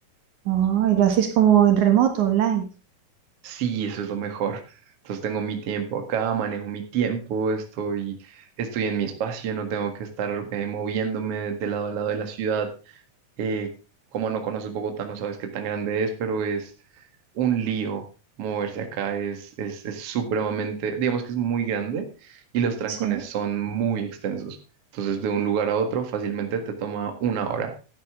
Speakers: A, on the right; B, on the right.
A: Ah, y lo haces como en remoto, online.
B: Sí, eso es lo mejor. Entonces tengo mi tiempo acá, manejo mi tiempo, estoy, estoy en mi espacio, no tengo que estar eh, moviéndome de lado a lado de la ciudad. Eh, como no conoces Bogotá, no sabes qué tan grande es, pero es un lío moverse acá, es, es, es supremamente, digamos que es muy grande y los trancones
A: Sí.
B: son muy extensos. Entonces, de un lugar a otro fácilmente te toma una hora.